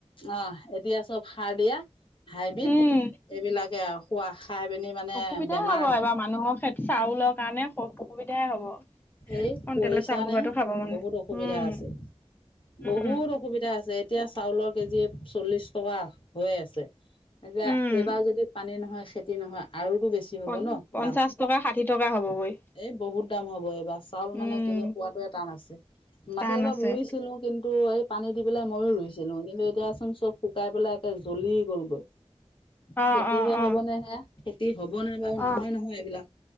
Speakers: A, on the left; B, on the left.
A: অ', এতিয়া সব সাৰ দিয়া। হাইব্ৰীড,
B: উম
A: এইবিলাকে আউ খোৱা খাই পিনি মানে
B: অসুবিধাই
A: বেমাৰ
B: হ'ব এবাৰ মানুহৰ খে চাউলৰ কাৰণে স অসুবিধাই হ'ব।
A: এই
B: কণটলৰ
A: কৰিছানে
B: চাউল সোপাটো খাব মানে
A: বহুত অসুবিধা
B: উম
A: আছে।
B: উম
A: বহুত অসুবিধা আছে এতিয়া চাউলৰ কেজি চল্লিশ টকা হৈ আছে। এয়া
B: উম
A: এইবাৰ যদি পানী নহয় খেতি নহয় আৰু বেছি হ'ব
B: প
A: ন
B: পঞ্চাশ
A: দাম
B: টকা ষাঠি টকা হ'বগৈ
A: এই বহুত দাম হ'ব। কিবা চাউল মানে
B: উম
A: কিনি খোৱাাটোৱে টান আছে। মাটি
B: টান
A: অলপ
B: আছে
A: ৰুইছিলো কিন্তু এই পানী দি পেলাই মইো ৰুইছিলো কিন্তু এতিয়াচোন চব। শুকাই পেলাই একে জ্বলি গ'লগৈ।
B: অ
A: খেতিহে
B: অ
A: হব
B: অ
A: নে সেয়া খেতি হব নাই বাৰু নহয়
B: অ
A: নহয় এইবিলাক